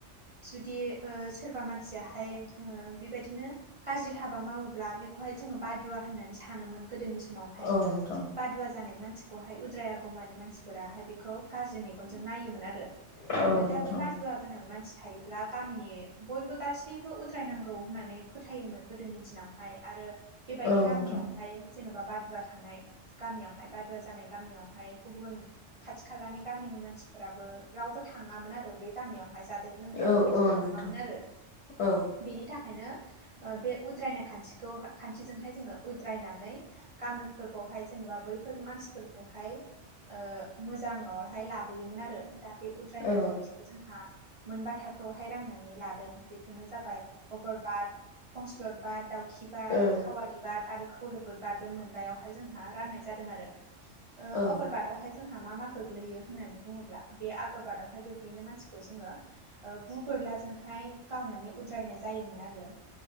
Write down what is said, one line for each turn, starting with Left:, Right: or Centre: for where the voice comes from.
Right: जुदि ओ सोरबा मानसियाहाय ओ बेबायदिनो गाज्रि हाबा मावोब्ला बेखौहाय जोङो बादुवा होननानै सानोमोन गोदोनि समावहाय
Left: औ नोंथां
Right: बादुवा जानाय मानसिखौहाय उद्राय आागौमानि मानसिफोराहाय बेखौ गाज्रि मेगनजों नायोमोन आरो
Left: औ
Right: ओ दा
Left: नोंथां
Right: बे बादुवा गोनां मानसि थायोब्ला गामिनि बयबो गासैबो उद द्रायनांगौ होननानै फोथायोमोन गोदोनि दिनावहाय आरो बेबायदि
Left: औ
Right: गामियाव
Left: नोंथां
Right: थाय जेन'बा बादुवा थानाय गामियावहाय बादुवा जानाय गामियावहाय गुबुन खाथि खालानि गामिनि मानसिफोराबो रावबो थाङामोन आरो बै गामियावहाय जाद देर लोंदेर
Left: औ
Right: बेबायदि
Left: औ
Right: खालामामोन
Left: नोंथां
Right: आरो
Left: औ
Right: बेनि थाखायनो ओ बे उद्रायनाय खान्थिखौ खान्थिजोंहाय जोङो उद्रायनानै गामिफोरखौहाय जेनेबा बैफोर मानसि फोरखौहाय ओ मोजांङावहाय लाबोयोमोन आरो दा बे उद्रायनाय
Left: औ ओ
Right: खान्थि जोंहा मोनबा थाखोआवहाय राननानै लादों बेफोरनो जाबाय अगरबाद फंस्लद बाद दाउखि बाद
Left: औ
Right: खावालि बाद आरो खौलोब बोद बाद बे मोनबायावहाय जोंहा रनाय जादों आरो ओ
Left: औ
Right: ओगोरबादावहाय ज जोंहा मा मा गोग्लैयो होननानै बुङोब्ला बे आगरबादावहाय गोग्लैनाय मानसिखौ जोङो ओ गु बोरलाजोंहाय गावनानै उद्रायनाय जायोमोन आरो